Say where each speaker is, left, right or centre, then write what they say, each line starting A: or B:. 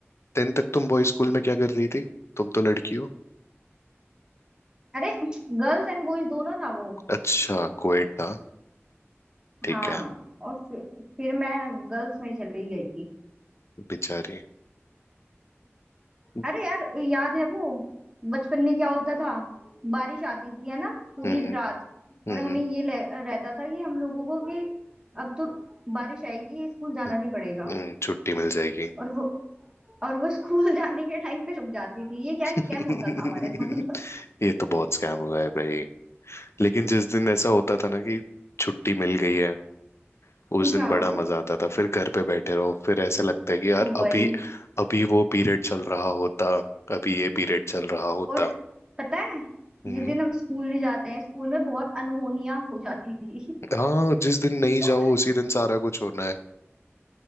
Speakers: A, on the left; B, on the right.
A: टेंथ तक तुम बॉय स्कूल में क्या कर रही थी तुम तो लड़की हो
B: अरे गर्ल्स एंड बॉयज दोनों था वो
A: अच्छा कोएटा ठीक
B: हाँ
A: है
B: और फिर, फिर मैं गर्ल्स में चली गई थी
A: बेचारी हम्म
B: अरे यार याद है वो बचपन में क्या होता था बारिश आती थी है ना पूरी
A: हम्म
B: रात
A: हम्म
B: और हमें ये ले- रहता था कि हम लोगों को कि अब तो बारिश आएगी स्कूल जाना
A: हम्म,
B: नहीं पड़ेगा
A: हम्म, छुट्टी मिल जाएगी
B: और वो और वो स्कूल <laughs> जाने के टाइम पे रुक जाती थी ये क्या स्कैम
A: <laughs>
B: होता था हमारे साथ
A: ये तो बहुत स्कैम हुआ है भाई लेकिन जिस दिन ऐसा होता था ना कि छुट्टी मिल गई है उस
B: <laughs>
A: दिन
B: हाँ
A: बड़ा मजा आता था फिर घर पे बैठे रहो फिर ऐसे लगता है कि यार अभी
B: वही
A: अभी वो पीरियड चल रहा होता अभी ये पीरियड चल रहा होता
B: और पता है
A: हम्म
B: जिस दिन हम स्कूल नहीं जाते हैं स्कूल में बहुत अनहोनियां हो जाती थी
A: हाँ जिस दिन नहीं
B: <laughs> तो
A: जाओ उसी दिन सारा कुछ होना है